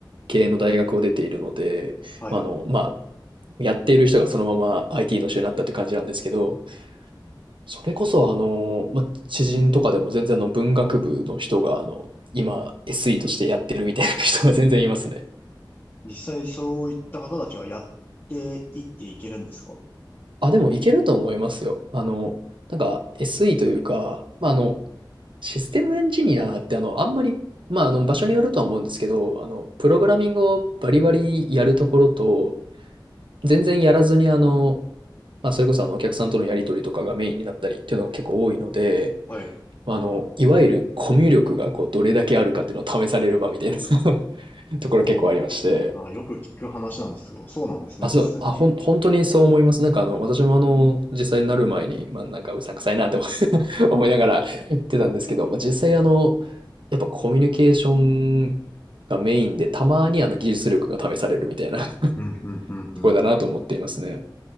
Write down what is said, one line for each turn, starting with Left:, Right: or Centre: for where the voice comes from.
Right: 系の大学を出ているので、
Left: はい。
Right: まあ、あの、まあ、やっている人がそのまま IT の人になったって感じなんですけど、それこそあの、まあ、知人とかでも全然あの文学部の人があの、今 SE としてやってるみたいな人が全然いますね。
Left: 実際そういった方たちはやっていっていけるんですか
Right: あ、でもいけると思いますよ。あの、なんか SE というか、まあ、あの、システムエンジニアってあの、あんまり、まあ、あの、場所によるとは思うんですけど、あの、プログラミングをバリバリやるところと、全然やらずにあの、まあ、それこそあの、お客さんとのやり取りとかがメインになったりっていうのが結構多いので、
Left: はい。
Right: まあ、あの、いわゆるコミュ力がこう、どれだけあるかっていうのを試される場みたいな <laughs> ところ結構ありまして、
Left: ああ、なんかよく聞く話なんですけど、そうなんですね、
Right: あ、
Left: 実際に。
Right: そう、あ、ほん、本当にそう思います。なんかあの、私もあの、実際になる前に、まあなんかうさんくさいなって <laughs> 思いながら言ってたんですけど、まあ実際あの、やっぱコミュニケーションがメインで、たまにあの技術力が試されるみたいな <laughs> と
Left: うん、うん、うん、うん。
Right: ころだなと思っていますね。